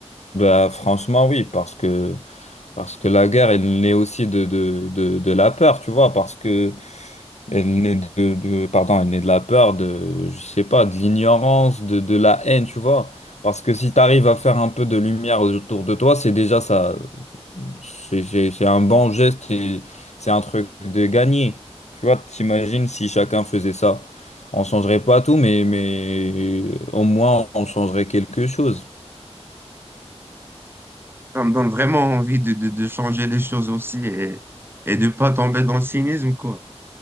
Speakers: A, on the left; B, on the right.
A: Bah, franchement, oui, parce que, parce que la guerre, elle naît aussi de, de, de, de la peur, tu vois, parce que Elle naît de, de- pardon, elle naît de la peur, de, je sais pas, de l'ignorance, de, de la haine, tu vois. Parce que si tu arrives à faire un peu de lumière autour de toi, c'est déjà ça, c'est c'est- c'est un bon geste et c'est un truc de gagné. Tu vois, t'imagines si chacun faisait ça. On changerait pas tout, mais, mais au moins on changerait quelque chose.
B: Ça me donne vraiment envie de, de, de changer les choses aussi et, et de pas tomber dans le cynisme, quoi.